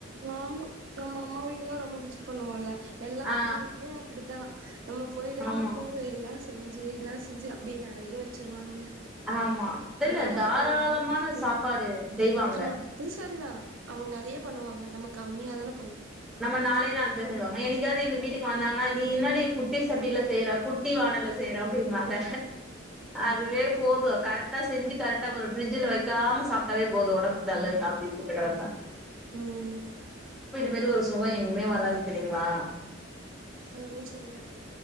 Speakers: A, on the right; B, in the centre.
A: ஆமா நம்மம்மா வீட்டுல்லா ரொம்ப மிஸ் பண்ணுவோல்ல எல்லா
B: ஆ
A: அம்மா வீட்லியு அப்டித்தா நம்ம போய்ட்டனா
B: ஆமா
A: போது எல்லா செஞ்சி எல்லா செஞ்சி அப்டியே நெறைய வச் ச்சிருவாங்க
B: ஆமா இல்ல
A: நானா
B: தாராளமான
A: இருக்க என்னி கஷ்டங்க
B: சாப்பாடு செய்வாங்க
A: ஆ அது சரி தா அவங்க நெறையப் பண்ணுவாங்க நம்ம கம்மியா தானப்
B: நம்ம நாளே நாள் பேடுவாங்க என்னிக் கியாது எங்க வீட்டுக் வந்தாங்கனா நீ என்னாடி குட்டி சட்டில செய்ற குட்டி வானல்ல செய்ற அப்டின்வாங்க அதுவே போது கரெட் டா செஞ்சு கரெக்டா வரு ஃப்ரிட்ஜ்ல வைக்காம சாப்டாவே போது ஒடம்புக்கு நல்லத்தா அப்டின் சொல்ட்டு நெனப்ப
A: ம்
B: வெதுவொர்ஸ் சொகோ எங்கிமே வராது தெரியீங்ளா
A: அதுவு செரிதா